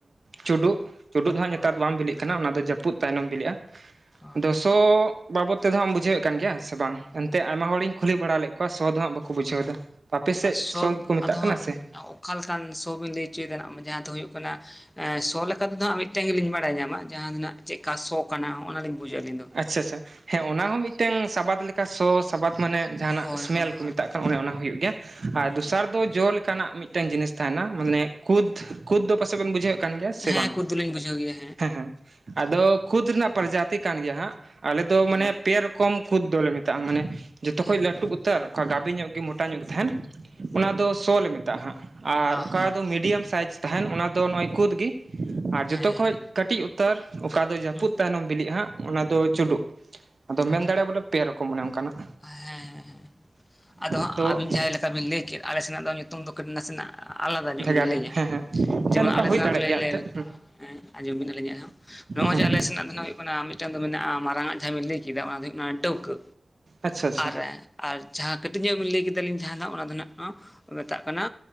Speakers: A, on the right; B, on the left.
A: ᱪᱩᱰᱩᱜ ᱪᱩᱰᱩᱜ ᱫᱚ ᱦᱟᱸᱜ
B: ᱦᱳᱭ
A: ᱱᱮᱛᱟᱨ ᱵᱟᱢ ᱵᱤᱞᱤᱜ ᱠᱟᱱᱟ ᱚᱱᱟ ᱫᱚ ᱡᱟᱹᱯᱩᱫ ᱛᱟᱭᱱᱚᱢ ᱵᱤᱞᱤᱜᱼᱟ
B: ᱦᱳᱭ
A: ᱟᱫᱚ ᱥᱚ ᱵᱟᱵᱚᱛ ᱛᱮᱫᱚ ᱦᱟᱸᱜ ᱵᱩᱡᱷᱟᱹᱣᱮᱫ ᱠᱟᱱ ᱜᱮᱭᱟ ᱥᱮ ᱵᱟᱝ ᱮᱱᱛᱮ ᱟᱭᱢᱟ ᱦᱚᱲᱤᱧ ᱠᱩᱞᱤ ᱵᱟᱲᱟ ᱞᱮᱫ ᱠᱚᱣᱟ ᱥᱚᱚᱫ ᱫᱚ ᱦᱟᱸᱜ ᱵᱟᱠᱚ ᱵᱩᱡᱷᱟᱹᱣ ᱫᱟ ᱟᱯᱮ
B: ᱟᱨ
A: ᱥᱮᱫ ᱥᱚ ᱜᱮᱠᱚ ᱢᱮᱛᱟᱜ
B: ᱟᱫᱚ
A: ᱠᱟᱱᱟ ᱥᱮ
B: ᱚᱠᱟ ᱞᱮᱠᱟᱱ ᱥᱚ ᱵᱤᱱ ᱞᱟᱹᱭ ᱚᱪᱚᱭᱮᱫᱟ ᱦᱟᱸᱜ ᱡᱟᱦᱟᱸ ᱫᱚ ᱦᱩᱭᱩᱜ ᱠᱟᱱᱟ ᱥᱚ ᱞᱮᱠᱟ ᱛᱮᱫᱚ ᱦᱟᱸᱜ ᱢᱤᱫᱴᱟᱝ ᱜᱮᱞᱤᱧ ᱵᱟᱲᱟᱭ ᱧᱟᱢᱟ ᱡᱟᱦᱟᱸ ᱫᱚ ᱱᱟᱸᱜ ᱪᱮᱫ ᱠᱟ ᱥᱚ ᱠᱟᱱᱟ ᱚᱱᱟᱞᱤᱧ ᱵᱩᱡᱟ ᱟᱹᱞᱤᱧ ᱫᱚ
A: ᱟᱪᱪᱷᱟ ᱟᱪᱪᱷᱟ ᱦᱮᱸ ᱚᱱᱟ ᱦᱚᱸ ᱢᱤᱫᱴᱟᱝ ᱥᱟᱵᱟᱫ ᱞᱮᱠᱟ ᱥᱚ ᱥᱟᱵᱟᱫ ᱢᱟᱱᱮ ᱡᱟᱦᱟᱱᱟᱜ
B: ᱦᱳᱭ
A: ᱤᱥᱢᱮᱞ
B: ᱦᱳᱭ
A: ᱠᱚ
B: ᱦᱳᱭ
A: ᱢᱮᱛᱟᱜ ᱠᱟᱱᱟ ᱚᱱᱮ ᱚᱱᱟ ᱦᱩᱭᱩᱜ ᱜᱮᱭᱟ
B: ᱦᱩᱸ
A: ᱟᱨ ᱫᱚᱥᱟᱨ ᱫᱚ ᱡᱚ ᱞᱮᱠᱟ ᱚᱱᱠᱟᱱᱟᱜ ᱢᱤᱫᱴᱟᱝ ᱡᱤᱱᱤᱥ ᱛᱟᱦᱮᱱᱟ ᱢᱟᱱᱮ ᱠᱩᱫ ᱠᱩᱫ ᱫᱚ ᱯᱟᱥᱮᱫ ᱵᱮᱱ ᱵᱩᱡᱷᱟᱹᱣᱮᱫ ᱠᱟᱱ ᱜᱮᱭᱟ ᱥᱮ
B: ᱦᱮᱸ
A: ᱵᱟᱝ
B: ᱠᱩᱫ ᱫᱚᱞᱤᱧ ᱵᱩᱡᱷᱟᱹᱣ ᱜᱮᱭᱟ
A: ᱦᱮᱸ ᱦᱮᱸ ᱟᱫᱚ ᱠᱷᱩᱫᱽ ᱨᱮᱱᱟᱜ ᱯᱨᱚᱡᱟᱛᱤ ᱠᱟᱱ ᱜᱮᱭᱟ ᱦᱟᱸᱜ ᱟᱞᱮᱫ ᱫᱚ
B: ᱦᱩᱸ
A: ᱢᱟᱱᱮ ᱯᱮ ᱨᱚᱠᱚᱢ ᱠᱚᱢ ᱠᱷᱩᱫᱽ ᱫᱚᱞᱮ ᱢᱮᱛᱟᱜᱼᱟ ᱢᱟᱱᱮ ᱡᱚᱛᱚ
B: ᱦᱮᱸ
A: ᱠᱷᱚᱡ ᱞᱟᱹᱴᱩ
B: ᱢᱟ
A: ᱩᱛᱟᱹᱨ ᱚᱠᱟ ᱜᱟᱵᱤ ᱧᱚᱜ ᱜᱮ ᱢᱚᱴᱟ ᱧᱚᱜ ᱜᱮ ᱛᱟᱦᱮᱱ ᱚᱱᱟ ᱫᱚ ᱥᱚ ᱞᱮ ᱢᱮᱛᱟᱜᱼᱟ ᱦᱟᱸᱜ ᱟᱨ
B: ᱟ
A: ᱚᱠᱟ
B: ᱦᱮᱸ
A: ᱫᱚ ᱢᱤᱰᱤᱭᱟᱢ ᱥᱟᱭᱤᱡᱽ ᱛᱟᱦᱮᱱ ᱚᱱᱟ ᱫᱚ ᱱᱚᱜᱼᱚᱭ ᱠᱩᱫᱽ ᱜᱤ ᱟᱨ ᱡᱚᱛᱚ
B: ᱦᱮᱸ ᱦᱮᱸ
A: ᱠᱷᱚᱡ ᱠᱟᱹᱴᱤᱡ ᱩᱛᱟᱹᱨ ᱚᱠᱟ ᱫᱚ ᱡᱟᱹᱯᱩᱫ
B: ᱦᱩᱸ
A: ᱛᱟᱭᱱᱚᱢ ᱵᱤᱞᱤᱜᱼᱟ ᱦᱟᱸᱜ ᱚᱱᱟ ᱫᱚ ᱪᱩᱰᱩᱜ ᱟᱫᱚ
B: ᱟᱨ
A: ᱢᱮᱱ
B: ᱡᱚᱰᱚ
A: ᱫᱟᱲᱮᱭᱟᱜᱼᱟ ᱵᱚᱞᱮ ᱯᱮ ᱨᱚᱠᱚᱢ ᱚᱱᱮ ᱚᱱᱠᱟᱱᱟᱜ
B: ᱦᱮᱸ ᱦᱮᱸ ᱦᱮᱸ ᱟᱫᱚ ᱦᱟᱸᱜ
A: ᱫᱚ
B: ᱟᱹᱵᱤᱱ ᱡᱟᱦᱟ ᱞᱮᱠᱟ ᱵᱤᱱ ᱞᱟᱹᱭ ᱠᱮᱫ ᱟᱞᱮ ᱥᱮᱱᱟᱜ ᱫᱚ ᱧᱩᱛᱩᱢ ᱫᱚ ᱠᱟᱹᱴᱤ ᱱᱟᱥᱮᱱᱟᱜ ᱟᱞᱟᱫᱟ ᱧᱚᱜ
A: ᱵᱷᱮᱜᱟᱨ
B: ᱜᱮᱞᱮ ᱞᱟᱹᱭᱟ
A: ᱦᱮᱸ ᱦᱮᱸ
B: ᱡᱮᱢᱚᱱ
A: ᱦᱮᱸ ᱱᱚᱝᱠᱟ
B: ᱟᱞᱮ
A: ᱦᱩᱭ
B: ᱥᱮᱱᱟᱜ
A: ᱫᱟᱲᱮᱭᱟᱜ
B: ᱫᱚᱞᱮ
A: ᱜᱮᱭᱟ
B: ᱞᱮᱭ
A: ᱮᱱᱛᱮᱫ
B: <unintelligible> ᱟᱸᱡᱚᱢ ᱵᱤᱱ ᱟᱞᱤᱧ ᱟᱜ ᱦᱚᱸ ᱱᱚᱜᱼᱚᱭ
A: ᱦᱮᱸ
B: ᱡᱮ ᱟᱞᱮ ᱥᱮᱱᱟᱜ ᱫᱚ ᱦᱩᱭᱩᱜ ᱠᱟᱱᱟ ᱢᱤᱫᱴᱟᱝ ᱫᱚ ᱢᱮᱱᱟᱜᱼᱟ ᱢᱟᱨᱟᱝ-ᱟᱜ ᱡᱟᱸᱦᱟ ᱵᱤᱱ ᱞᱟᱹᱭ ᱠᱮᱫᱟ ᱚᱱᱟ ᱫᱚ ᱦᱩᱭᱩᱜ ᱠᱟᱱᱟ ᱰᱟᱹᱣᱠᱟᱹ
A: ᱟᱪᱪᱷᱟ ᱟᱪᱪᱷᱟ
B: ᱟᱨ ᱮ ᱟᱨ ᱡᱟᱦᱟᱸ ᱠᱟᱹᱴᱤᱡ ᱧᱚᱜ ᱵᱮᱱ ᱞᱟᱹᱭ ᱠᱮᱫᱟᱞᱤᱧ ᱡᱟᱸᱦᱟᱱᱟᱜ ᱚᱱᱟ ᱫᱚ ᱱᱟᱜ ᱦᱟᱸ ᱠᱚ ᱢᱮᱛᱟᱜ ᱠᱟᱱᱟ